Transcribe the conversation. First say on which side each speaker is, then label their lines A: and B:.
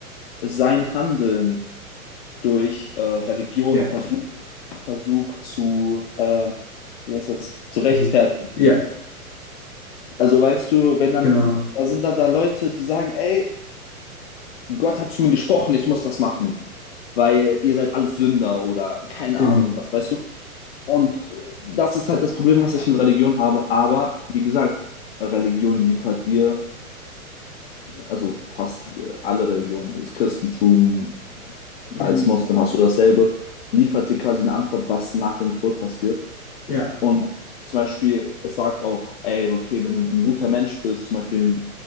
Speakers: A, on the left (about 45°); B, on the left (about 75°).
A: sein Handeln durch äh, Religion
B: Ja.
A: versucht, versucht zu, äh, wie heißt das, zu rechtfertigen.
B: Die geht- Ja,
A: Also weißt du, wenn dann,
B: genau.
A: da sind dann da Leute, die sagen, ey, Gott hat zu mir gesprochen, ich muss das machen, weil ihr seid alles Sünder oder keine
B: Eben,
A: Ahnung was, weißt du? Und äh, das ist halt das Problem, was ich mit Religion habe. Aber wie gesagt, Religion liefert dir also fast äh, alle Religionen, das Christentum
B: eben.
A: als Moslem hast du dasselbe, liefert dir quasi eine Antwort, was nach dem Tod passiert.
B: Ja,
A: Und zum Beispiel, es sagt auch, ey, okay, wenn du ein guter Mensch bist, zum Beispiel,